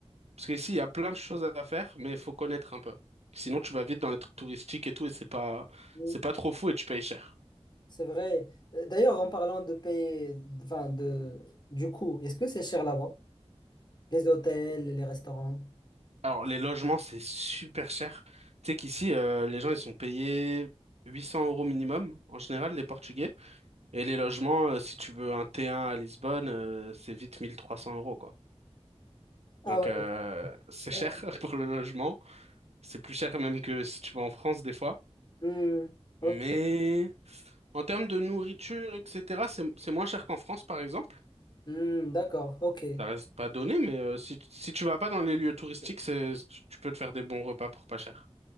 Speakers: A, on the right (about 75°); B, on the left (about 40°).
A: Parce qu'ici, il y a plein de choses à faire, mais il faut connaître un peu. Sinon, tu vas vite dans les trucs touristiques et tout, et c'est pas,
B: Oui,
A: c'est pas trop fou et tu payes cher.
B: C'est vrai. Euh, D'ailleurs, en parlant de payer, enfin de, du coût, est-ce que c'est cher là-bas? Les hôtels, les restaurants?
A: Alors, les logements, c'est super cher. Tu sais qu'ici, euh, les gens, ils sont payés 800 euros minimum, en général, les Portugais. Et les logements, euh, si tu veux un T1 à Lisbonne, euh, c'est vite 1300 euros, quoi.
B: Ah
A: Donc,
B: ouais.
A: euh, c'est
B: c'est cher.
A: cher <laughs> pour le logement. C'est plus cher même que si tu vas en France, des fois.
B: Hmm, ok.
A: Mais en termes de nourriture, etc., c'est, c'est moins cher qu'en France, par exemple.
B: Hmm, d'accord, ok. Et
A: Ça reste pas donné, mais euh, si, si tu vas pas dans les lieux touristiques, c'est, tu peux te faire des bons repas pour pas cher.